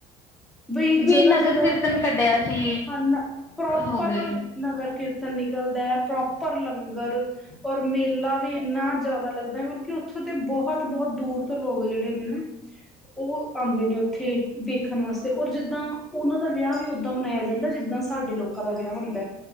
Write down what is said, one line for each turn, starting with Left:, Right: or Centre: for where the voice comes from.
Centre: ਬਈ
Left: ਹੁਣ
Centre: ਜਗ੍ਹਾ
Left: ਵੀ ਨਗਰ
Centre: ਜਗ੍ਹਾ
Left: ਕੀਰਤਨ
Centre: ਤੇ
Left: ਕੱਢਿਆ ਸੀ
Centre: ਹਨ ਪ੍ਰੋਪਰ
Left: ਹੋ ਗਏ
Centre: ਨਗਰ ਕੀਰਤਨ ਨਿਕਲਦਾ ਹੈ ਪ੍ਰੋਪਰ ਲੰਗਰ ਔਰ ਮੇਲਾ ਵੀ ਇੰਨਾ ਜ਼ਿਆਦਾ ਲੱਗਦਾ ਮਤਲਬ ਉੱਥੋਂ ਤੇ ਬਹੁਤ ਬਹੁਤ ਦੂਰ ਤੋਂ ਲੋਕ ਜਿਹੜੇ ਨੇ ਨਾ ਉਹ ਆਉਂਦੇ ਨੇ ਉੱਥੇ ਵੇਖਣ ਵਾਸਤੇ ਔਰ ਜਿੱਦਾਂ ਉਹਨਾਂ ਦਾ ਵਿਆਹ ਵੀ ਉਦਾਂ ਮਨਾਇਆ ਜਾਂਦਾ ਜਿੱਦਾਂ ਸਾਡੇ ਲੋਕਾਂ ਦਾ ਵਿਆਹ ਹੁੰਦਾ